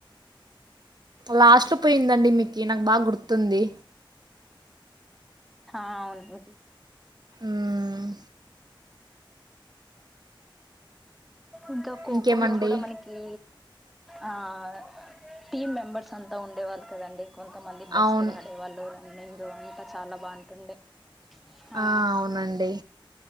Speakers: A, on the right (about 50°); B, in the centre.
A: లాస్ట్ లో పోయిందండి మీకీ నాకు బాగా గుర్తుంది.
B: ఆహ్ అవును.
A: ఉహ్మ్.
B: ఇంకా ఖోఖో
A: ఇంకేమండి
B: లో కూడా మనకి. ఆహ్ టీమ్ మెంబర్స్ అంతా ఉండేవాళ్ళు కదండి. కొంతమంది బెస్ట్
A: అవును
B: గా ఆడేవాళ్ళు రన్నింగు అంతా చాలా బాగుంటుండే. ఆ
A: ఆహ్ అవునండి.